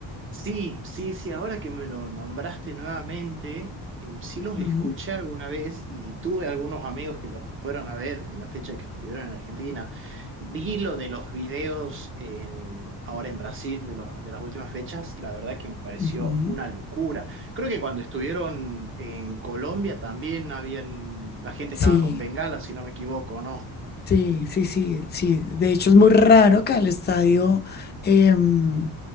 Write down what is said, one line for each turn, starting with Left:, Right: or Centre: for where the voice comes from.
Right: Sí, sí, sí, ahora que me lo nombraste nuevamente, eh, sí los escuché
Left: Ujú,
Right: alguna vez y tuve algunos amigos que los fueron a ver en la fecha que estuvieron en Argentina. Vi lo de los videos en, ahora en Brasil de los, de las últimas fechas, la verdad que me pareció
Left: ujú.
Right: una locura. Creo que cuando estuvieron en Colombia también habían, la gente estaba
Left: Sí.
Right: con bengala, si no me equivoco, ¿no?
Left: Sí, sí, sí, sí. De hecho, es muy raro que al estadio em,